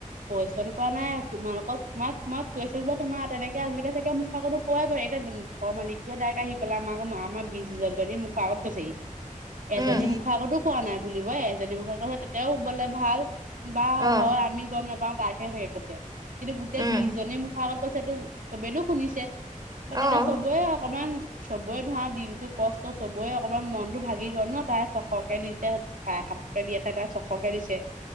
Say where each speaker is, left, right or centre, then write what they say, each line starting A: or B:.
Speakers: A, on the right (about 80°); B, on the right (about 30°).
A: কুৱেশচন কৰা নাই তোমালোকক তোমাক তোমাক কুৱেশ্যন তোমাৰ তেনেকে আজিলকে চাগে মুখাকতো কোৱাই পৰে এতিয়া ঘৰ মালিকটোোৱা ডাইক আহি পেলাই আমাককৌ আমাৰ বিশ দুজনী মোকখৰ আগত কৈছেহি এজনী
B: উম,
A: মুখ আগতো কোৱা নাই বুলিবই এজনী মুখ আাক তেতিয়াও শুবলে ভাল। বা
B: অ',
A: হয় আমি গম নাপাও তাকহেচাগে কৈছে কিন্তু গোটেই
B: উম,
A: বিশজনী মুখ আগত কৈছে। চবেইটো শুনিছে বা তেতিয়া
B: অ',
A: চবৰে অকমান চবৰে ধৰা দিনটো কষ্ট চবৰে অকমান মনতটো ভাগি গল ন তাই চখকে দিছে। চাৰে সাতশকে দিয়াহ তাত ছশকে দিছে।